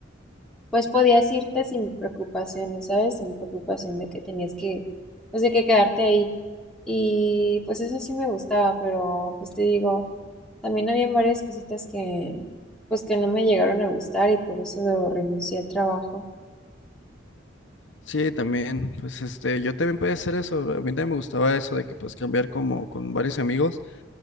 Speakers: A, in the centre; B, on the left.
A: pues podías irte sin preocupaciones, ¿sabes? Sin preocupación de que tenías que, pues de que quedarte ahí. Y pues eso sí me gustaba, pero pues te digo, también habían varias cositas que, pues que no me llegaron a gustar y por eso renuncié al trabajo.
B: Sí, también, pues este, yo también podía hacer eso, a mí también me gustaba eso de que pues cambiar como con varios amigos